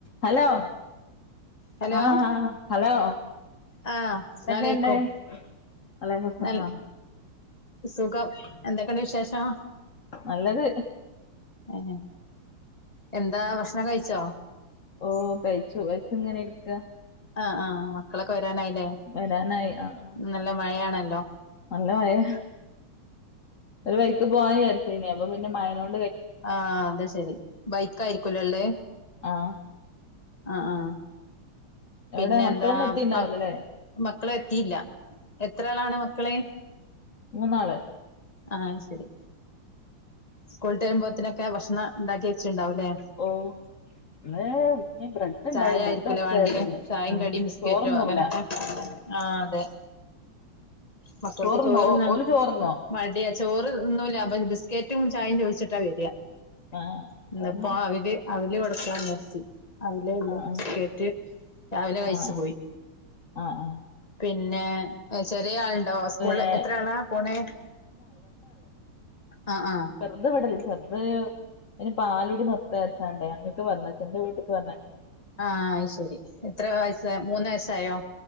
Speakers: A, on the left (about 40°); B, on the left (about 20°).
A: Hello
B: hello
A: ആഹ് hello
B: ആഹ് അസ്സലാമലൈക്കും
A: ന്തക്കെ ണ്ട്? വഹലക്കു സ്ലാ
B: നൽ സുഖം എന്തൊക്കെണ്ട് വിശേഷം?
A: നല്ലത്
B: ആ എന്താ ഭക്ഷണക്കെ കഴിച്ചോ?
A: ഓ കഴിച്ചു കഴിച്ചങ്ങനെ ഇരിക്ക
B: ആഹ് ആ മക്കളൊക്കെ വരാനായില്ലേ?
A: വരാനായി ആഹ്
B: നല്ല മഴയാണല്ലോ?
A: നല്ല മയെ ഒരു വൈക്ക് പോവാ ചരിച്ചന അപ്പൊ പിന്നെ മയനോട്
B: ആ അത് ശെരി ബൈക്ക് ആയിരിക്കലോള്ളേ.
A: ആഹ്
B: ആ ആ പിന്നെ
A: എവിടെ മക്കളൊന്നും
B: എന്താ
A: എത്തിണ്ടാവൂലല്ലേ
B: മ മക്കളെ എത്തിയില്ല എത്ര ആളാണ് മക്കള്
A: മൂന്നാള്
B: ആ ശരി സ്കൂൾ ഇട്ട് വരുമ്പ്പോത്തനൊക്കെ ഭക്ഷണം ഉണ്ടാക്കി വെച്ചട്ടണ്ടാവുംല്ലേ.
A: ഓ <unintelligible> ഇണ്ടായിരുന്നു
B: ചായ ആയിരിക്കൂലേ
A: ബ്രെഡ്
B: വാണ്ടിയെ
A: <unintelligible>
B: ചായിം
A: ഉ
B: കടിം ബിസ്ക്കറ്റോ
A: ചോറ് ഉണ്ണൂല
B: അങ്ങനൊക്കെ ആഹ് അതെ മക്കൾക്ക്
A: ചോറുന്നോ
B: ചോറ് ഉണ്ണാൻ
A: ഓല് ചോറുന്നോ
B: മടിയാ ചോറ് ഉണ്ണുല അപ്പ ബിസ്ക്കറ്റും ചായയും ചോദിച്ചിട്ടാ വരിക
A: ആഹ്
B: ഇന്നിപ്പോ
A: അതന്നെ
B: അവല് അവല് കൊടുക്കാന്ന് വിചാരിച്ചു അവലേ ഉള്ളൂ
A: ആഹ്
B: ബിസ്കേറ്റ് രാവിലെ കഴിച്ചു
A: ആഹ് ആഹ്
B: പോയി
A: ആഹ് ആഹ്
B: പിന്നെ ചെറിയ ആളുണ്ടോ സ്കൂളില്
A: ഏഹ്
B: എത്രയാളാ പോണെ. ആ ആ
A: ചെറ്ത് ഇവിടെ ഇല്ല ചെറുത് ഇ പാലൂടി നിർത്ത വച്ചാണ്ടേ ങ്ങട്ട് പറഞ്ഞയച്ച് എന്റെ വീട്ടിക്ക് പറഞയച്ച്
B: ആ അത് ശരി എത്ര വയസ്സ മൂന്ന് വയസ്സായോ